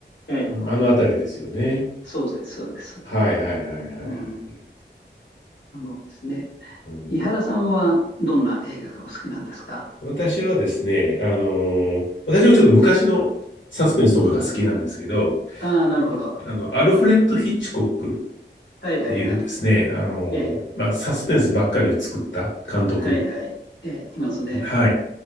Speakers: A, on the left (about 70°); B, on the left (about 85°).
A: う。はい。
B: あの、あのあたりですよね。
A: そうです、そうです。
B: はいはいはいはいはい。
A: うん。あのですね。
B: うん、
A: 伊原さんはどんな映画がお好きなんですか
B: 私はですね、あのー私はちょっと昔のサスペンスとかが好きなんですけど、
A: ああー、なるほど。
B: あの、アルフレッド・ヒッチコックっ
A: はいはいはい。
B: ていうですね、あの、
A: ええ、
B: まあ、サスペンスばっかりを作った監督、
A: はいはい。ええ、いますね。
B: はい、